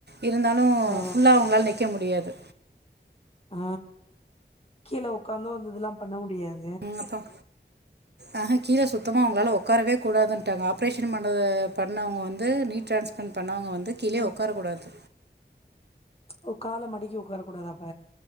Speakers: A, on the right (about 65°); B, on the left (about 30°).
A: இருந்தாலு
B: ஓ
A: ஃபுல்லா அவங்களால நிக்க முடியாது
B: ஆ கீழ உக்காந்து அந்த இதெல்லா பண்ண முடியாது
A: ம் அப்ற ஆஹா கீழ சுத்தமா அவங்களால உக்காரவே கூடாதுன்ட்டாங்க ஆப்ரேஷன் பண்ண பண்ணவங்க வந்து நீ டிரான்ஸ பன் பண்ணவங்க வந்து கீழயே
B: அ
A: உக்காரக் கூடாது
B: ஓ கால மடக்கி உக்கார கூடாதா அப்ப